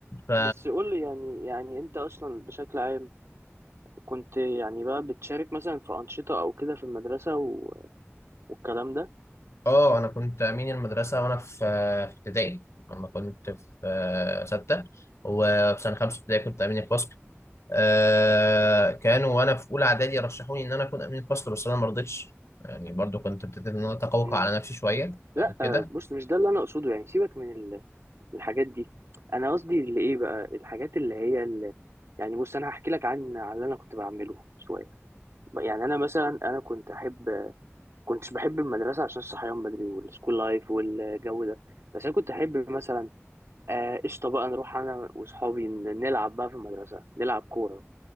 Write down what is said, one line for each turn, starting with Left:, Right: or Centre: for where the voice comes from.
Left: ف
Right: بس قول لي يعني يعني انت اصلا بشكل عام كنت يعني بقى بتشارك مثلا في أنشطة او كده في المدرسة و... والكلام
Left: اه انا كنت امين المدرسه وانا في في ابتدائي لما كنت في آه، سته وفي سنه خمسه ابتدائي كنت امين الفصل آه، كانوا وانا في اولى اعدادي رشحوني ان انا اكون امين الفصل بس انا ما رضيتش يعني برضو كنت ابتديت ان انا اتقوقع
Right: ده
Left: على نفسي شويه
Right: لا
Left: آه،
Right: آه،
Left: كده
Right: بص مش ده اللي انا اقصده يعني سيبك من ال... من الحاجات دي انا قصدي اللي ايه بقى الحاجات اللي هي اللي يعني بص انا هحكي لك عن عن اللي انا كنت بعمله شويه يعني انا مثلا انا كنت احب كنتش بحب المدرسه عشان الصحيان بدري والسكول لايف والجو ده بس انا كنت احب مثلا آه، قشطه بقى نروح انا واصحابي ن- نلعب بقى في المدرسه نلعب كوره